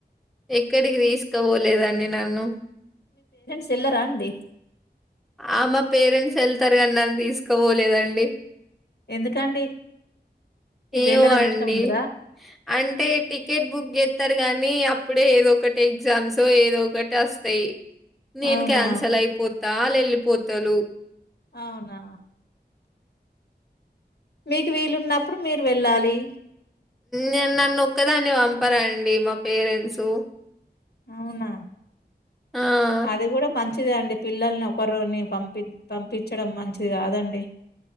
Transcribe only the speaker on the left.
తేల్ల రా అండి
ఎందుకండి మీకు
వెళ్ళడం
ఇష్టం ఉండదా?
అవునా?
అవునా మీకు వీలు ఉన్నప్పుడు మీరు వెళ్ళాలి
అవునా
అది కూడా మన్ చిదే అండి పిల్లల్ని ఒకరుని పంపిన్ పంపించడం మంచిది కాదండి